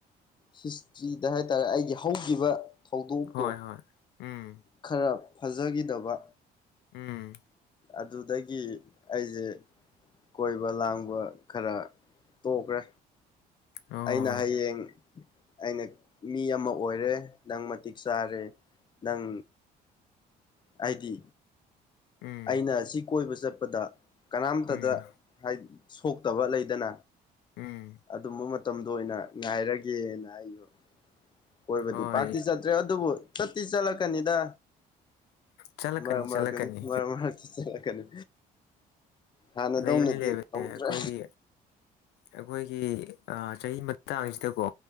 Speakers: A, on the left; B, on the left.
A: ꯍꯤꯁꯇ꯭ꯔꯤꯗ ꯍꯥꯏꯇꯥꯔꯦ ꯑꯩꯒꯤ ꯍꯧꯈꯤꯕ ꯊꯧꯗꯣꯛꯇꯣ
B: ꯍꯣꯏ ꯍꯣꯏ ꯎꯝ
A: ꯈꯔ ꯐꯖꯈꯤꯗꯕ
B: ꯎꯝ
A: ꯑꯗꯨꯗꯒꯤ ꯑꯩꯁꯦ ꯀꯣꯏꯕ ꯂꯥꯡꯕ ꯈꯔ ꯇꯣꯛꯈ꯭ꯔꯦ
B: ꯑꯣ
A: ꯑꯩꯅ ꯍꯌꯦꯡ ꯑꯩꯅ ꯃꯤ ꯑꯃ ꯑꯣꯏꯔꯦ ꯅꯪ ꯃꯇꯤꯛ ꯆꯥꯔꯦ ꯅꯪ ꯍꯥꯏꯗꯤ
B: ꯎꯝ
A: ꯑꯩꯅ ꯁꯤ ꯀꯣꯏꯕ ꯆꯠꯄꯗ ꯀꯅꯥꯝꯇꯗ
B: ꯎꯝ
A: ꯁꯣꯛꯇꯕ ꯂꯩꯗꯅ
B: ꯎꯝ
A: ꯑꯗꯨꯝꯕ ꯃꯇꯝꯗ ꯑꯣꯏꯅ ꯉꯥꯏꯔꯒꯦꯅ ꯑꯩꯕ ꯀꯣꯏꯕꯗꯤ
B: ꯍꯣꯏ
A: ꯄꯥꯛꯇꯤ ꯆꯠꯇ꯭ꯔꯦ ꯑꯗꯨꯕꯨ ꯆꯠꯇꯤ ꯆꯠꯂꯛꯀꯅꯤꯗ
B: ꯆꯂꯀꯅꯤ
A: ꯃꯔꯛ ꯃꯔꯛꯇꯅꯤ
B: ꯆꯂꯀꯅꯤ
A: ꯃꯔꯛ ꯃꯔꯛꯇ ꯆꯠꯂꯛꯀꯅꯤ ꯍꯥꯟꯅꯗꯧꯅꯗꯤ
B: ꯂꯩꯕꯅꯤ ꯂꯩꯕꯅꯤ
A: ꯇꯧꯗ꯭ꯔꯦ
B: ꯑꯩꯈꯣꯏꯒꯤ ꯑꯩꯈꯣꯏꯒꯤ ꯆꯍꯤ ꯃꯇꯥꯡꯁꯤꯗꯀꯣ